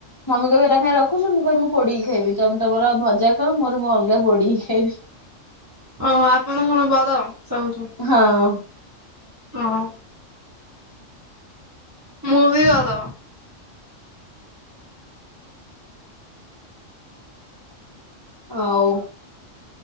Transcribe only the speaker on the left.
ମମି କିବି ଏଟା ଖାଇଁ ରଖୁ ମୁଁ କହିବ ମୁ ପୋଡି ଖାଇବି ତମ ତମର ଭଜା ଖାଅ, ମୋର ମୁଁ ଅଲଗା ପଡିକି ଖାଇବି।
ହଁ।
ହଉ।